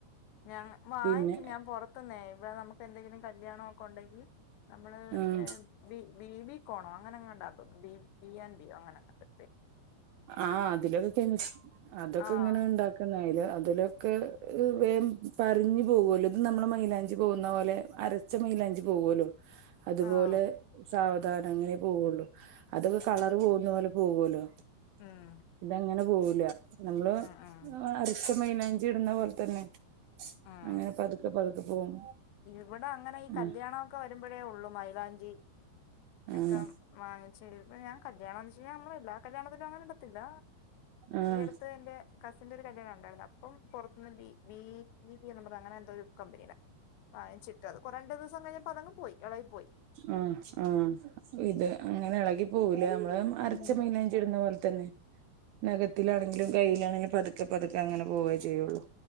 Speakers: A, on the left (about 80°); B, on the right (about 80°).
A: ഞാൻ വാങ്ങിക്കും
B: പിന്നെ
A: ഞാൻ പുറത്തുന്ന് ഇവിടെ നമുക്ക് എന്തെങ്കിലും കല്യാണണം ഒക്കെ ഉണ്ടെങ്കിൽ. നമ്മള്
B: ഉം
A: ബ ബി കോണോ അങ്ങനെ അങ്ങണ്ടാ ബി ബ് ആൻ് ബിയോ അങ്ങനെ അങ്ങണ്ട്.
B: ആഹ അതിലൊക്ക കമി അതൊക്കെ
A: ആഹ്
B: ഇങ്ങനെ ഉണ്ടാക്ക ും അതിലൊക്കെ വ പറഞ്ഞു പോകുമല്ലോ ഇത് നമ്മളെ മൈയിലാഞ്ചി പോകുന്ന പോലെ അര അരച്ച മൈയില അഞ്ച് പോകുല്ലോ അത്പോലെ അതുപോലെ
A: ആഹ്
B: സാവധാനം അങ്ങനെ പോവുള്ളു. അതൊക്കെ കളർ പോകുന്ന പോലെ പോകല്ലോ?
A: ഉം
B: ഇതങങ്ങനെ പോവുല നമ്മള്
A: ഉം ഉം
B: അരച്ച മൈലാഞ്ചി ച് ഇടുന്ന പോലെ തന്നെ
A: ഉം
B: അങ്ങനെ പതുക്കെ പതുക്കെ പോകും.
A: ഇവിടെ അങ്ങനെ ഈ
B: ആഹ്
A: കല്യാണം ഒക്കെ വരുമ്പോഴേ ഉള്ളു മൈലാഞ്ചി
B: ആഹ്
A: ഒക്കെ വാങ്ങിച്ചേ ഇപ്പ ഞാൻ കല്യാണ വെ വങ്ങിച്ച് ഞൻ കല്യാണം ആണിച് നമ്മ എല്ലാ കല്യാണത്തിലനും അങ്ങനെടുത്തില്ല.
B: ആഹ്
A: ഈ അടുത്ത് എൻ്റെ കസിന്റെ ഒരു കല്യാമാണ് ഉണ്ടായിരുന്നത് അപ്പം പുറത്തുനിന്ന്ന്ന് ബി ബിപറഞ്ഞ അങ്ങനെ എന്തോ ഒരും വാ ചിട്ട അ കുറ രണ്ട് ദിവസം കഴഞ്ഞപ്പോ അതങ് പോയി ഇളവിൽ പോയി.
B: ആ ആ ഇത് അങ്ങനെ ഇളകി പോവല നമ്മള് അരച്ച
A: ഉം
B: മൈനഞ്ചി ഇടുന്ന പോലെ തന്നെ നഖത്തിലാണെങ്കിലും കയ്യിലാണെങ്കിലും പതുക്കെ പതുക്കെ അങ്ങനെ പോവയേ ചെയ്യുള്ളൂ.